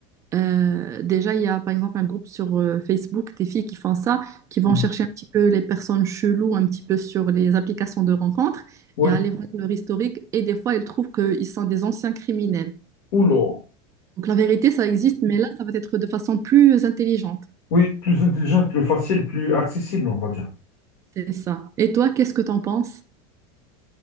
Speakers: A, on the right; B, on the left.
A: Euh, déjà, il y a par exemple un groupe sur euh, Facebook des filles qui font ça, qui vont
B: Mm.
A: chercher un petit peu les personnes cheloues un petit peu sur les applications de rencontres
B: Oui.
A: et aller voir leur historique. Et des fois, elles trouvent qu'ils sont des anciens criminels.
B: Oula.
A: Donc la vérité, ça existe, mais là, ça va être de façon plus intelligente.
B: Oui, plus intelligente, plus facile, plus accessible, on va dire.
A: C'est ça. Et toi, qu'est-ce que t'en penses?